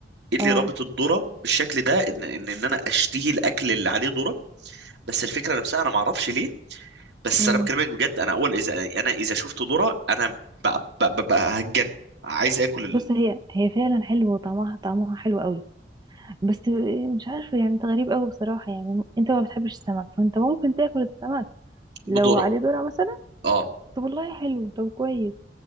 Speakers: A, on the right; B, on the right.
A: ايه اللي
B: اه
A: رابط الذره بالشكل ده ان ان ان انا اشتهي الاكل اللي عليه ذره بس الفكره نفسها انا ما اعرفش ليه بس
B: امم
A: انا بكلمك بجد انا اول اذا انا اذا شفت ذره انا ب- ب- ب- ب- هتجن عايز اكل
B: بص هي هي فعلا حلوة وطعمها طعمها حلو قوي بس مش عارفة يعني انت غريب قوي بصراحة يعني انت ما بتحبش السمك فانت ممكن تاكل السمك
A: بدورك
B: لو عليه ذرة مثلا
A: اه
B: طب والله حلو طب كويس